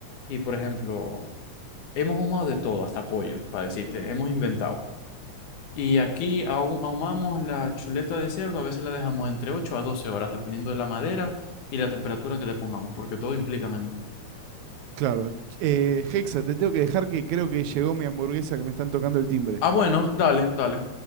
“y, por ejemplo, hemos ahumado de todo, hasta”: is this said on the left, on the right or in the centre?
Left